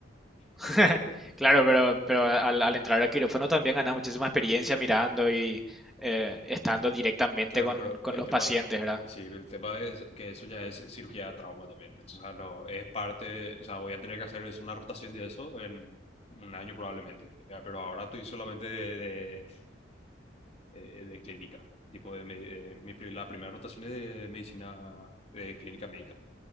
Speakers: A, in the centre; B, on the left.
A: <laughs>
B: básicamente.
A: Claro, pero, pero al, al entrar a quirófano también ganas muchísima experiencia mirando y eh, estando directamente
B: Claro,
A: con,
B: pero
A: con
B: el
A: los
B: tema,
A: pacientes, ¿verdad?
B: sí, el tema es que eso ya es cirugía de trauma también. Entonces, o sea, no, es parte, o sea, voy a tener que hacer es una rotación de eso en un año probablemente. Ya, Pero ahora estoy solamente de, de, de- de clínica. Tipo, de, me- de mi, pri- la primera rotación es de medicina, de clínica médica.